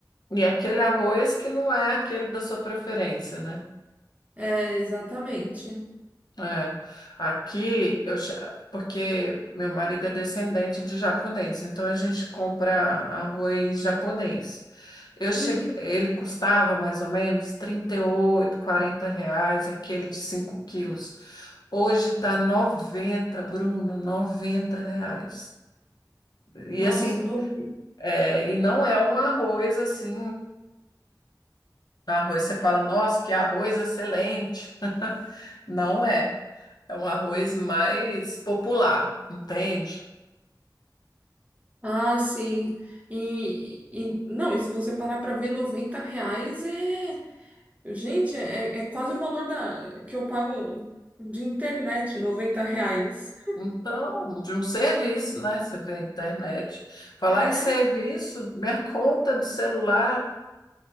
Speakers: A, on the left; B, on the right.
A: E aquele arroz que não é aquele da sua preferência, né?
B: É, exatamente.
A: É, aqui eu che- porque meu marido é descendente de japonês, então a gente compra arroz japonês. Eu cheguei,
B: Uhum.
A: ele custava mais ou menos 38 40 reais, aquele de 5 quilos. Hoje tá noventa Bruno, 90 reais. E
B: Nossa,
A: assim,
B: não.
A: é, e não é um arroz assim, arroz, você fala, nossa, que arroz excelente. <laughs> Não é. É um arroz mais popular, entende?
B: Ah, sim. E, e não, e se você parar para ver, 90 reais é. Gente, é, é quase o valor da, que eu pago de internet, 90 reais.
A: Então, de um serviço, né? Você vê a internet. Falar
B: É.
A: em serviço, minha conta do celular.